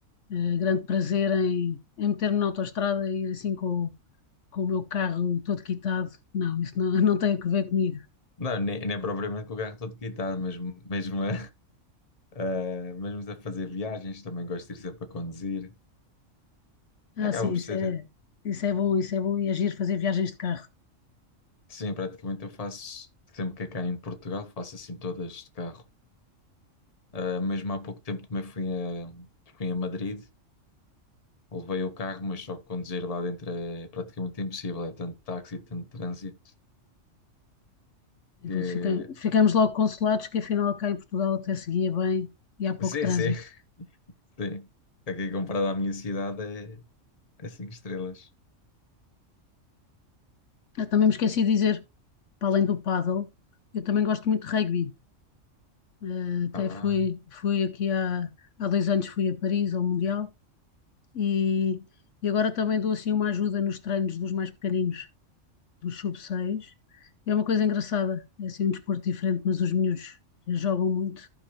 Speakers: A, on the left (about 70°); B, on the left (about 30°).
A: eh, grande prazer em, em meter-me na autoestrada e ir assim com, o- com o meu carro todo quitado. Não, isso não, <laughs> não tem a ver comigo.
B: Não, nem, nem propriamente com o carro todo quitado, mas mesmo a, <laughs> mesmo a fazer viagens, também gosto de ir sempre a conduzir.
A: Ah,
B: Acaba
A: sim,
B: por
A: isso
B: ser,
A: é, isso é bom, isso é bom e agir fazer viagens de carro.
B: sim, praticamente eu faço sempre que é cá em Portugal, faço assim todas de carro. Ah, mesmo há pouco tempo também fui a, fui a Madrid Levei o carro, mas só que conduzir lá dentro é praticamente impossível. É tanto táxi, tanto trânsito
A: E depois
B: que.
A: fica- ficamos logo consolados que afinal cá em Portugal até seguia bem e há pouco
B: Sim,
A: trânsito.
B: sim, <laughs> sim. Aqui comparado à minha cidade é, é cinco estrelas.
A: Eu também me esqueci de dizer, para além do paddle, eu também gosto muito de rugby. Eh, até
B: Ah,
A: fui, fui aqui há, há dois anos fui a Paris ao Mundial e, e agora também dou assim uma ajuda nos treinos dos mais pequeninos. dos sub seis É uma coisa engraçada, é assim um desporto diferente, mas os miúdos jogam muito,